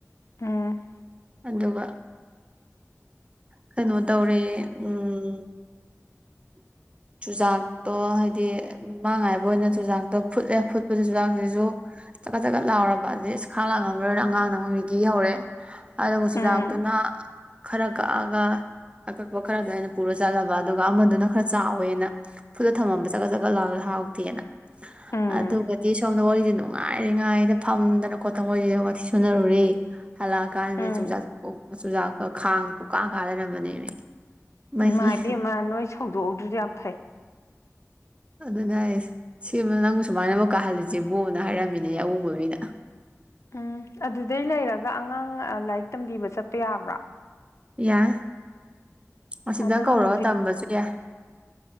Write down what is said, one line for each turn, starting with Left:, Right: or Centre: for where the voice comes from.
Left: ꯑꯝ
Right: ꯑꯗꯨꯒ ꯀꯩꯅꯣ ꯇꯧꯔꯦ ꯎꯝ <inaudible> ꯆꯨꯖꯥꯛꯇꯣ ꯍꯥꯏꯗꯤ ꯃꯉꯥꯏꯕ ꯑꯣꯏꯅ ꯆꯨꯖꯥꯛꯇꯣ ꯐꯨꯠꯂꯦ ꯐꯨꯠꯄꯗ ꯆꯨꯖꯥꯛꯁꯤꯁꯨ ꯆꯀꯠ ꯆꯀꯠ ꯂꯥꯎꯔꯕ ꯑꯗꯨꯗꯤ ꯏꯁ ꯈꯪ ꯂꯥꯛ ꯉꯝꯃꯔꯣꯏꯅ ꯑꯉꯥꯡꯅ ꯑꯃꯨꯛ ꯃꯦꯒꯤ ꯍꯧꯔꯦ ꯑꯗꯨꯒ
Left: ꯎꯝ
Right: ꯆꯨꯖꯥꯛꯇꯨꯅ ꯈꯔ ꯀꯛꯑꯒ ꯑꯀꯛꯄ ꯈꯔꯗꯣ ꯑꯩꯅ ꯄꯨꯔ ꯆꯠꯂꯕ ꯑ ꯑꯗꯨꯒ ꯑꯃꯗꯨꯅ ꯈꯔ ꯆꯥꯎꯋꯦꯅ ꯐꯨꯠꯂ ꯊꯝꯃꯝꯕ ꯆꯠꯀꯠ ꯆꯠꯀꯠ ꯂꯥꯎꯋꯦ ꯍꯥꯎꯇꯦꯅ
Left: ꯎꯝ
Right: ꯑꯗꯨꯒꯗꯤ ꯁꯣꯝꯗ ꯋꯥꯔꯤꯗꯤ ꯅꯨꯡꯉꯥꯏ ꯉꯥꯏꯔꯤꯉꯥꯏꯗ ꯐꯝꯗꯅ ꯈꯣꯠꯇꯅ ꯋꯥꯊꯤ ꯁꯨꯅꯔꯨꯔꯦ ꯍꯜꯂꯛꯑꯀꯥꯟꯗꯗꯤ
Left: ꯎꯝ
Right: ꯆꯨꯖꯥꯛꯁꯨ ꯆꯨꯖꯥꯛꯀ ꯈꯥꯡ ꯄꯨꯀꯥ ꯀꯥ ꯂꯩꯔꯝꯕꯅꯦꯃꯦ ꯃꯍ
Left: ꯏꯃꯥ ꯏꯕꯦꯝꯃ
Right: <inaudible>
Left: ꯅꯣꯏ ꯁꯧꯗꯣꯛꯎꯗ꯭ꯔꯗꯣ ꯌꯥꯝ ꯐꯩ
Right: ꯑꯗꯨꯅ ꯑꯩ ꯁꯦꯝꯕ ꯅꯪꯕꯨ ꯁꯨꯃꯥꯏꯅ ꯑꯃꯨꯛ ꯀꯥꯍꯜꯂꯤꯁꯦꯕꯣꯅ ꯍꯥꯏꯔꯝꯃꯤꯅꯦ ꯑꯎꯨꯕ ꯃꯤꯅ
Left: ꯎꯝ ꯑꯗꯨꯗꯩ ꯂꯩꯔꯒ ꯑꯉꯥꯡ ꯂꯥꯏꯔꯤꯛ ꯇꯝꯕꯤꯕ ꯆꯠꯄ ꯌꯥꯕ꯭ꯔꯣ
Right: ꯌꯥꯏ ꯑꯁꯤꯗ
Left: ꯑꯗꯨꯝ
Right: ꯀꯧꯔꯒ
Left: ꯍꯧꯖꯤꯛ
Right: ꯇꯝꯕꯁꯨ ꯌꯥꯏ